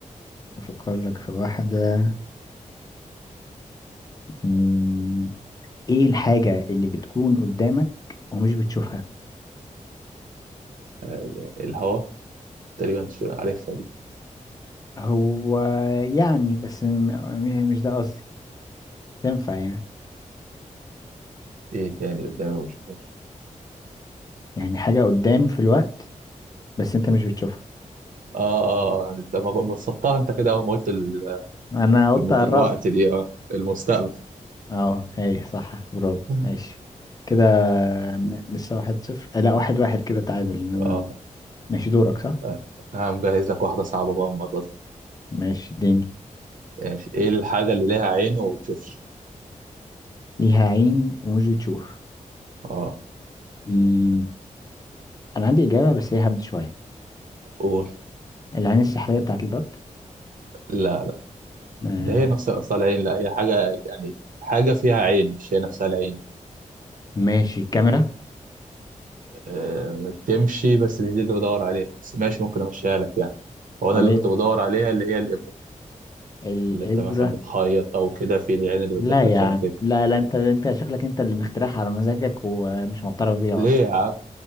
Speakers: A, on the left; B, on the right.
A: أفكر لك في واحدة مم، ايه الحاجة اللي بتكون قدامك ومش بتشوفها
B: آه، الهواء تقريبا مش عارفها دي
A: هو يعني بس م- م- مش ده قصدي تنفع يعني
B: ايه تاني قدامي مش فاكر
A: يعني حاجة قدام في الوقت بس انت مش بتشوفها
B: اه اه آه، آه. انت ب- بسطتها انت كده اول ما قلت ال-
A: انا قلت
B: الم- الوقت
A: اعرفها
B: دي اه المستقبل
A: اه هي صح برافو
B: <laughs>
A: ماشي كده ن- لسه واحد صفر آه، لا واحد واحد كده تعادل ان انا
B: اه
A: ماشي دورك صح
B: آه. انا مجهز لك واحده صعبه بقى المره دي
A: ماشي اديني
B: ماشي ايه الحاجه اللي ليها عين وما بتشوفش
A: ليها عين ومش بتشوف
B: اه
A: مم. انا عندي اجابة بس هي هبد شوية
B: قول
A: العين السحرية بتاعت الباب
B: لا
A: آه.
B: ده هي نفس اصل العين لا هي حاجه يعني حاجه فيها عين مش هي نفسها العين
A: ماشي الكاميرا
B: آه، تمشي بس مش دي اللي بدور عليها بس ماشي ممكن امشيها لك يعني هو
A: طب
B: انا اللي
A: ايه
B: كنت بدور عليها اللي هي الابره
A: الإبرة
B: اللي انت مثلا بتخيط او كده في العين اللي
A: لا
B: بتدخل
A: يا
B: فيها
A: عم
B: الخيط
A: لا لا انت انت شكلك انت اللي مخترعها على مزاجك ومش معترف بيها
B: ليه
A: اصلا
B: يا عم